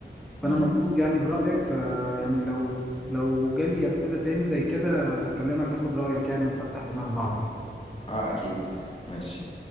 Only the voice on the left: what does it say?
امم
اه اكيد ماشي